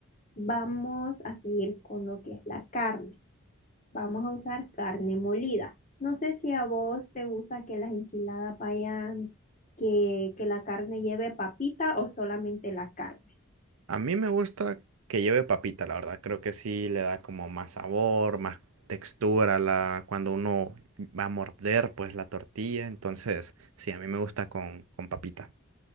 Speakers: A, on the left; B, on the right.
A: vamos a seguir con lo que es la carne. Vamos a usar carne molida. No sé si a vos te gusta que las enchiladas vayan, que, que la carne lleve papita o solamente la carne.
B: A mí me gusta que lleve papita, la verdad. Creo que sí le da como más sabor, más textura a la, cuando uno va a morder pues la tortilla. Entonces, sí, a mí me gusta con, con papita.